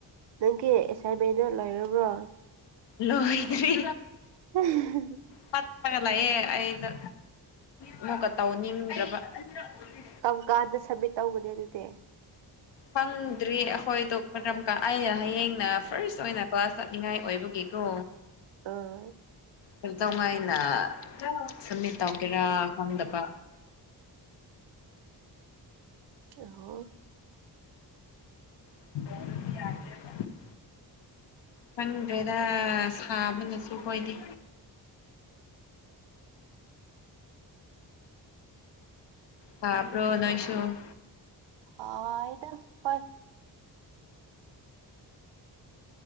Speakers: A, on the right; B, on the left.
A: ꯅꯪꯒꯤ ꯑꯦꯁꯥꯏꯟꯃꯦꯟꯗꯣ ꯂꯣꯏꯔꯕ꯭ꯔꯣ
B: ꯂ‌ꯣꯏꯗ꯭ꯔꯤ
A: <unintelligible>
B: ꯄꯠꯂꯒ ꯂꯥꯛꯑꯦ ꯑꯩꯗ ꯑꯃꯨꯛꯀ ꯇꯧꯅꯤꯡꯗ꯭ꯔꯥꯕ ꯑꯅꯤꯔꯛ ꯎꯗ꯭ꯔꯤ
A: ꯀꯝ ꯀꯥꯟꯗ ꯁꯕꯃꯤꯠ ꯇꯧꯒꯅꯤ ꯑꯗꯨꯗꯤ
B: ꯈꯪꯗ꯭ꯔꯤ ꯑꯩꯈꯣꯏꯗꯣ ꯀꯔꯝ ꯀꯥꯟ ꯑꯩꯅ ꯍꯌꯦꯡꯅ ꯐꯥꯔꯁ ꯑꯣꯏꯅ ꯀ꯭ꯂꯥꯁ ꯆꯠꯅꯤꯡꯉꯥꯏ ꯑꯣꯏꯕꯒꯤ ꯀꯣ
A: ꯑꯥ
B: ꯀꯩꯗꯧꯉꯩꯅ ꯁꯝꯃꯤꯠ ꯇꯧꯒꯦꯔꯥ ꯈꯪꯗꯕ
A: ꯑꯣ
B: <unintelligible> ꯈꯪꯗ꯭ꯔꯦꯗ ꯁꯥꯕꯅꯁꯨ ꯈ‌ꯣꯏꯗꯤ ꯁꯥꯕ꯭ꯔ‌ꯣ ꯅꯣꯏꯁꯨ
A: ꯁꯥꯏꯗ ꯍ‌ꯣꯏ